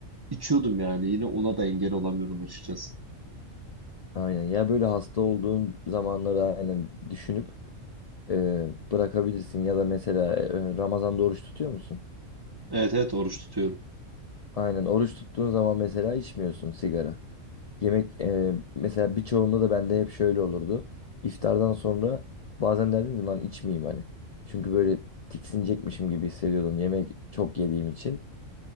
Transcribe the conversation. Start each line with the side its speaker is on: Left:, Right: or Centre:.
Right: İçiyordum yani. Yine ona da engel olamıyordum açıkçası.
Left: Aynen. Ya böyle hasta olduğun zamanları aynen düşünüp e, bırakabilirsin ya da mesela e, e, Ramazan'da oruç tutuyor musun?
Right: Evet evet oruç tutuyorum.
Left: Aynen oruç tuttuğun zaman mesela içmiyorsun sigara. Yemek e, mesela birçoğunda da bende hep şöyle olurdu. İftardan sonra bazen derdim ki lan içmeyeyim hani. Çünkü böyle tiksinecekmişim gibi hissediyordum yemek çok yediğim için.